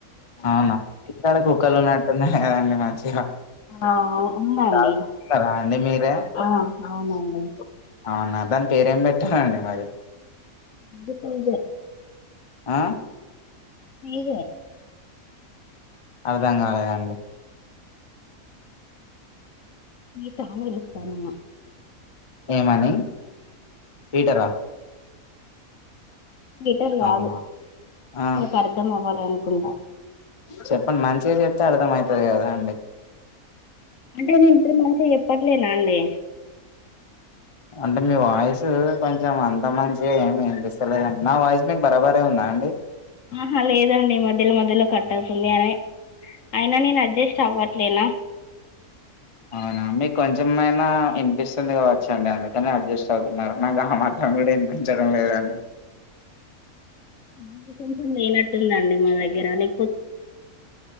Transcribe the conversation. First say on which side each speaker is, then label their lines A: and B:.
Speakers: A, on the left; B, on the left.
A: అవునా ఇక్కడ కుక్కలు ఉన్నట్టున్నాయి కదండి మంచిగా
B: ఆ ఉందండి
A: చదువుకుంటున్నారా అండి మీరే
B: ఆ అవునండి
A: అవునా దాని పేరేం పెట్టారండి మరి
B: దిక్‌లుజ
A: ఆ
B: నెహర్
A: అర్ధం కాలేదండి
B: ఈ తాళం ఎస్తన
A: ఏమని పీటరా
B: పీటర్ గాదు
A: అవునా ఆ
B: మీకు అర్ధం అవ్వలే అనుకుంటా
A: చెప్పండి మంచిగా చెప్తే అర్థం అయితది కదా అండి
B: అంటే నేను ఇంతకి మంచిగా చెప్పట్లేనా అండి
A: అంటే మీ వాయిస్ కొంచెం అంత మంచిగా ఏమి వినిపిస్తలేదండి నా వాయిస్ మీకు బరాబరే ఉందా అండి
B: ఆహా లేదండి మధ్యలో మధ్యలో కట్వుతుంది అనే అయినా నేను అడ్జస్ట్ అవ్వట్లేనా
A: అవునా మీకు కొంచెంమైనా ఇనిపిస్తుంది కావచ్చ అండి అందుకని అడ్జస్ట్ అవుతున్నారు నాకు ఆ మాత్రం వినిపించడం లేదండి
B: సిగ్నల్ కొంచెం లేనట్టుందండి మా దగ్గర లే